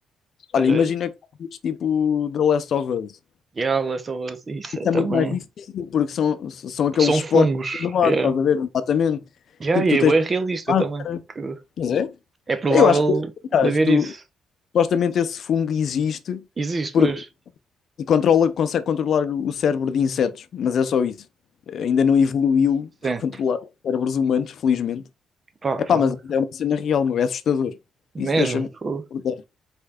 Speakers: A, on the right; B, on the left.
A: estás
B: olha, imagina
A: a ver?
B: que fazes tipo The Last of Us.
A: Yeah, Last of Us, isso
B: Isso
A: é também.
B: é muito mais difícil, porque são, são aqueles
A: Porque são
B: esportes
A: fungos,
B: no mar,
A: yeah.
B: estás a ver? Exatamente.
A: Yeah,
B: Tipo,
A: e
B: tu
A: é
B: tens.
A: bem realista
B: máscara.
A: também, porque
B: Pois é?
A: é provável
B: Eu acho que aliás,
A: de haver
B: tu,
A: isso.
B: supostamente esse fungo existe
A: Existe,
B: porque,
A: pois.
B: e controla, consegue controlar o cérebro de insetos, mas é só isso. Ainda não evoluiu para
A: Sim,
B: controlar cérebros humanos, felizmente.
A: pá,
B: Epá,
A: foi.
B: mas é uma cena real, meu, é assustador.
A: Mesmo,
B: Isso deixa-me.
A: foi.
B: acordar.